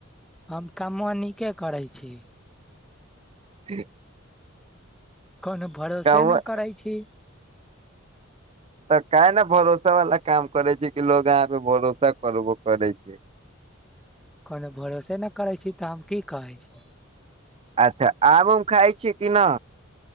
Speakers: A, in the centre; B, on the right.
A: हम कमवा नीके करै छी।
B: <unintelligible>
A: कोनो भरोसे
B: तऽ
A: नै करै छी।
B: तऽ काहे नै भरोसा वाला काम करे छै कि लोग अहाँ पे भरोसा करबो करै छै।
A: कोनो भरोसे नै करैत छी तऽ हम की कहै छी।
B: अच्छा आम उम खाइ छियै कि न